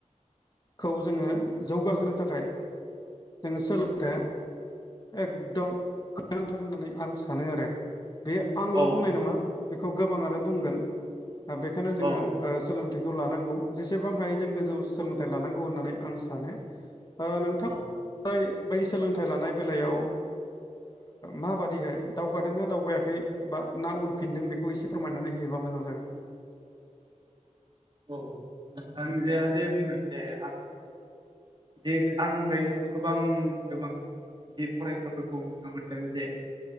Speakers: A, on the left; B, on the right.
A: खौ जोङो जौगाहोनो थाखाय जोङो सोलोंथाइया एकदम गोनांथार होननानै आं सानो आरो बे आंल'
B: औ
A: बुंनाय नङा बेखौ गोबाङानो बुंगोन। दा बेखायनो जोङो
B: औ
A: सोलों फथाइखौ लानांगौ जेसेबां हायो जों गोजौ सोलोंथाइ लानांगौ होननानै आं सानो नोंथां
B: औ
A: बै सोलोंथाइ लानाय बेलायाव माबादि बाददिहाय दावगादोंनाा दावगायाखै बा ना उनफिनदों बेखौ एसे फोरमायनानै होयोबा मोजां जागोन।
B: औ नोंथां जे जे बुंदों जे आं जे आं दायो गोबां गोबां बे फरायसाफोरखौ नुनो मोनदों जे